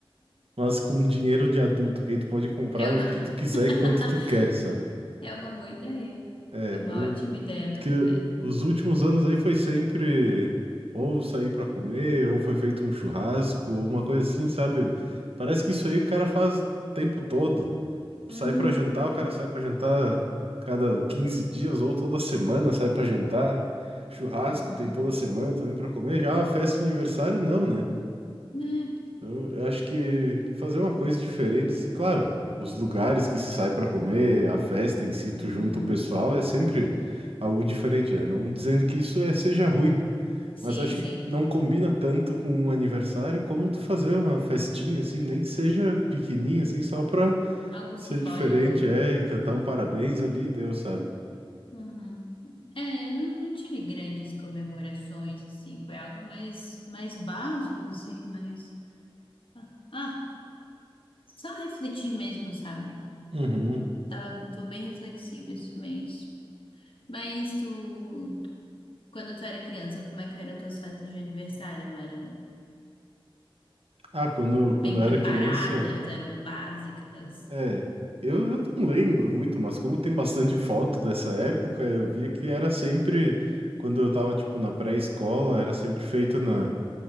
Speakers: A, on the right; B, on the left.
A: Mas com dinheiro de adulto, que aí tu pode comprar
B: É, u-
A: o que tu quiser
B: <laughs>
A: e quanto tu quer, sabe?
B: é uma boa ideia.
A: É,
B: É uma
A: eu
B: ótima ideia, na
A: que
B: verdade.
A: eu- os últimos anos aí foi sempre ou sair pra comer, ou foi feito um churrasco, ou uma coisa assim, sabe? Parece que isso aí o cara faz o tempo todo.
B: Hum,
A: Sai pra jantar, o cara sai pra jantar cada 15 dias ou toda semana, sai pra jantar. Churrasco
B: uhum.
A: tem toda semana também pra comer. Já é uma festa de aniversário não, né?
B: Né?
A: Então, eu acho que fazer uma coisa diferente, sim, claro. Os lugares que se sai para comer, a festa em si,
B: Uhum.
A: tu junta o pessoal, é sempre algo diferente, né? Não dizendo que isso é, seja ruim,
B: Sim,
A: mas acho
B: sim.
A: que não combina tanto com um aniversário como tu fazer uma festinha, assim, nem que seja pequenininha, assim, só pra
B: Algo
A: ser
B: simbólico.
A: diferente, é, e cantar um parabéns ali, Deus sabe.
B: Uhum. É, eu não, não tive grandes comemorações, assim, foi algo mais, mais básico, assim, mas... Ah, ah, só refletir mesmo, sabe?
A: Uhum.
B: Tava, tô bem reflexiva esse mês. Mas tu, quando tu era criança, como é que eram tuas festas de aniversário? Eram
A: Ah, quando,
B: bem
A: quando eu
B: preparadas,
A: era criança.
B: eram básicas?
A: É, eu, eu não lembro muito, mas como tem bastante foto dessa época, eu via que era sempre, quando eu tava, tipo, na pré-escola, era sempre feita na,